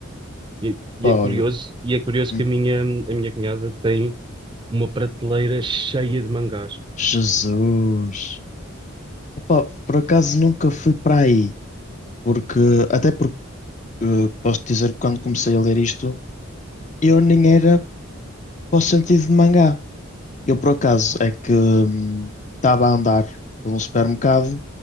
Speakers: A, on the right; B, on the left.
A: E, e
B: Pá,
A: é curioso,
B: olha.
A: e é curioso
B: Hum,
A: que a minha, a minha cunhada tem uma prateleira cheia de mangás.
B: Jesus. Opa, por acaso nunca fui para aí. Porque, até porque Uh, posso dizer que quando comecei a ler isto, eu nem era para o sentido de mangá. Eu, por acaso, é que hum, estava a andar por um supermercado